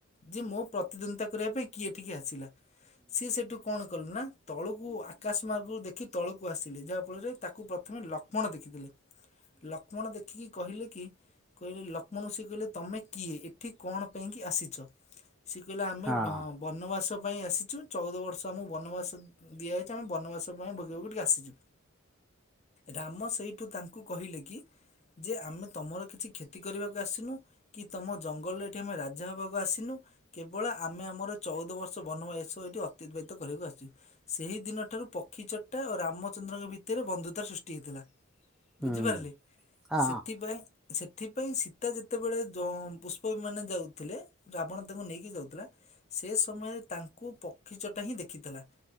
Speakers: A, on the left; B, in the centre.
A: ଯେ ମୋ ପ୍ରତିଦ୍ୱନ୍ଦିତା କରିବା ପାଇଁ କିଏ ଏଠିକି ଆସିଲା ସିଏ ସେଠୁ କଣ କଲା ନା ତଳୁକୁ ଆକାଶ ମାର୍ଗରୁ ଦେଖି ତଳକୁ ଆସିଲେ ଯାହାଫଳରେ ତାକୁ ପ୍ରଥମେ ଲକ୍ଷ୍ମଣ ଦେଖିଥିଲେ। ଲକ୍ଷ୍ମଣ ଦେଖିକି କହିଲେ କି କହିଲେ ଲକ୍ଷ୍ମଣକୁ ସେ କହିଲେ ତମେ କିଏ ଏଠି କଣ ପାଇଁ କି ଆସିଛ? ସେ କହିଲେ ଆମେ
B: ହଁ,
A: ବ ବନବାସ ପାଇଁ ଆସିଛୁ ଚଉଦ ବର୍ଷ ଆମକୁ ବନବାସ ଦିଆଯାଇଛି ଆମେ ବନବାସ ପାଇଁ ଭୋଗିବାକୁ ଟିକେ ଆସିଛୁ ରାମ ସେଇଠୁ ତାଙ୍କ କୁ କହିଲେ କି ଯେ ଆମେ ତମର କିଛି କ୍ଷତି କରିବାକୁ ଆସିନୁ କି ତମ ଜଙ୍ଗଲରେ ଏଠି ଆମେ ରାଜାବାକୁ ଆସିନୁ କେବଳ ଆମେ ଆମର ଚଉଦ ବର୍ଷ ବନବାୟସ ଏଠି ଅତତିବାହିତ କରିବାକୁ ଆସିଚୁ। ସେହିଦିନଠାରୁ ପକ୍ଷୀ ଚଟ୍ଟା ଓ ରାମଚନ୍ଦ୍ରଙ୍କ ଭିତରେ ବନ୍ଧୁତା ସୃଷ୍ଟି ହୋଇଥିଲା।
B: ହୁଁ,
A: ବୁଝିପାରିଲେ
B: ହଁ,
A: ସେଥିପାଇଁ ସେଥିପାଇଁ ସୀତା ଯେତେବେଳେ ପୁଷ୍ପ ବିମାନ ରେ ଯାଉଥିଲେ ରାବଣ ତାଙ୍କୁ ନେଇକି ଯାଉଥିଲା ସେ ସମୟରେ ତାଙ୍କୁ ପକ୍ଷୀ ଚଟା ହିଁ ଦେଖିଥିଲା।